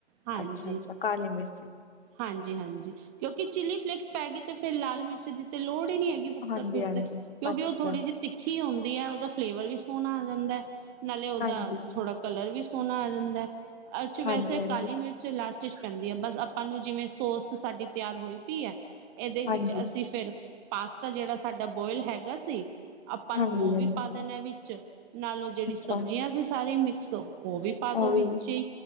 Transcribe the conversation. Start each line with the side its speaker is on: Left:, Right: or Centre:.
Right: ਹਾਂਜੀ।
Left: ਅੱਛਾ-ਅੱਛਾ ਕਾਲੀ ਮਿਰਚ।
Right: ਹਾਂਜੀ ਹਾਂਜੀ ਕਿਉਂਕਿ ਚਿੱਲੀ ਫਿਲੇਕਸ ਪੈ ਗਈ ਤੇ ਫੇਿਰ ਲਾਲ ਮਿਰਚ ਦੀ ਤੇ ਲੋੜ ਨੀ ਹੈਗੀ ਪੁੱਤਰ
Left: ਹਾਂਜੀ-ਹਾਂਜੀ
Right: ਫਿਰ ਤੇ ਕਿਉਂਕਿ
Left: ਅੱਛਾ
Right: ਉਹ ਥੋੜ੍ਹੀ ਜਿਹੀ ਤਿੱਖੀ ੀ ਹੁੰਦੀ ਹੈ। ਉਹਦਾ ਫਲੇਵਰ ਵੀ ਸੋਹਣਾ ਆ ਜਾਂਦਾ ਹੈ। ਨਾਲੇ ਉਹਦਾ
Left: ਹਾਂਜੀ।
Right: ਥੋੜ੍ਹਾ ਕਲਰ ਵੀ ਸੋਹਣਾ ਆ ਜਾਂਦਾ ਏ ਅੱਜ ਵੈਸੇ
Left: ਹਾਂਜੀ-ਹਾਂਜੀ,
Right: ਕਾਲੀ ਮਿਰਚ ਲਾਸਟ ਵਿੱਚ ਪੈਂਦੀ ਹੈ ਬਸ ਆਪਾਂ ਨੂੰ ਜਿਵੇਂ ਸੋਸ ਸਾਡੀ ਤਿਆਰ ਹੋਈ ਪਈ ਐ ਇਹਦੇ ਵਿੱਚ
Left: ਹਾਂਜੀ,
Right: ਅਸੀਂ ਫਿਰ ਪਾਸਤਾ ਜਿਹੜਾ ਸਾਡਾ ਬੋਇਲ ਹੈਗਾ ਸੀ, ਆਪਾਂ
Left: ਹਾਂਜੀ-ਹਾਂਜੀ
Right: ਨੂੰ ਉਹ ਵੀ ਪਾ ਦੇਣਾ ਵਿੱਚ। ਨਾਲੋਂ ਜਿਹੜੀ
Left: ਅੱਛਾ
Right: ਸਬਜ਼ੀਆਂ ਸੀ ਸਾਰੀ ਮਿਕਸੋ ਉਹ ਵੀ ਪਾ ਦੋ
Left: ਉਹ
Right: ਵਿੱਚੇ
Left: ਵੀ